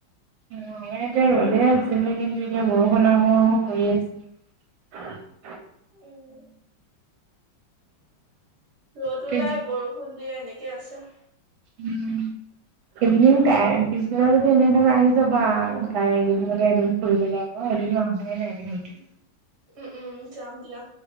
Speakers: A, on the right; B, on the right.
A: আমাৰ এতিয়া ৰ'দে আছিলে কিন্তু এতিয়া বৰষুণ আহো আহো কৰি আছে।
B: উম, ৰ'দ
A: পিছ
B: ওলাই বৰষুণ দিয়ে নেক কি আছে?
A: উম। ইভিনিং টাইম, পিছবেলা যদি এনেই থাকা আহি যাবা <unintelligible> এইকিদিনতে এদিন ফুৰিবলে আকৌ! এদিনো আহা নাই <unintelligible>
B: উম, উম, যাম দিয়া।